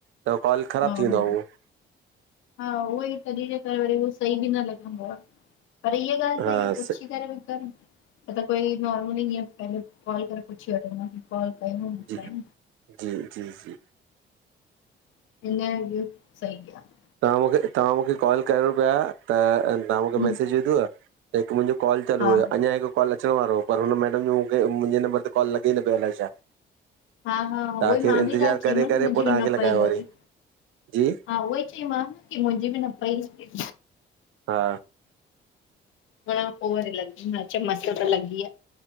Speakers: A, on the right; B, on the left.
A: त कॉल ख़राबु
B: हा
A: थी वेंदो
B: ह
A: आहे उहो
B: हा उहो ई त सही बि न लॻंदो आहे पर इीअ ॻाल्हि
A: हा
B: त पुछी
A: स
B: करे कनि कोई नॉर्मल ई कॉल करे पुछी वठो हुन खां कॉल कयोई
A: जी जी जी जी
B: सही आहे
A: तव्हां मूंखे तव्हां मूंखे कॉल कयो पिया त तव्हां
B: आहे
A: मूंखे मैसेज विधव त हिकु मुंहिंजो कॉल चालू
B: हा
A: हुओ अञा हिकु कॉल अचण वारो हो पर हुन मैडम जो मूंखे मुंहिंजे नम्बर ते कॉल लॻे न पियो अलाए छा
B: हा हा उहोई
A: त आख़िर
B: मां
A: इंतज़ारु
B: बि चयमु
A: करे
B: मुंहिंजी
A: करे पोइ
B: बि
A: तव्हांखे
B: न पई
A: लॻायो
B: लॻे
A: वरी जी
B: हा उहोई चईम न की मुंहिंजी बि न पई
A: हा
B: हुन पोइ लॻी मस त लॻी आहे